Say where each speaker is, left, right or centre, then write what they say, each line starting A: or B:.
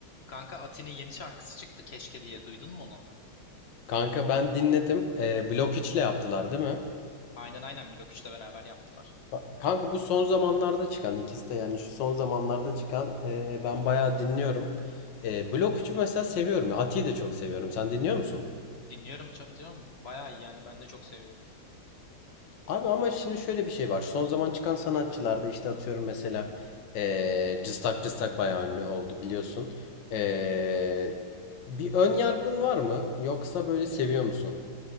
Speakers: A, on the left; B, on the left.
A: Kanka Ati'nin yeni şarkısı çıktı keşke diye duydun mu onu?
B: Kanka ben dinledim. Ee, Blok 3'le yaptılar değil mi?
A: Aynen aynen Blok 3'le beraber yaptılar.
B: Ka- Kanka bu son zamanlarda çıkan ikisi de yani şu son zamanlarda çıkan ee, ben bayağı dinliyorum. Ee, Blok 3'ü mesela seviyorum. Ati'yi de çok seviyorum. Sen dinliyor musun?
A: Dinliyorum tabii diyorum. Bayağı iyi yani ben de çok seviyorum.
B: Abi ama şimdi şöyle bir şey var. Son zaman çıkan sanatçılarda işte atıyorum mesela ee, Cıstak Cıstak bayağı ünlü oldu biliyorsun. Ee, bir ön yargın var mı? Yoksa böyle seviyor musun?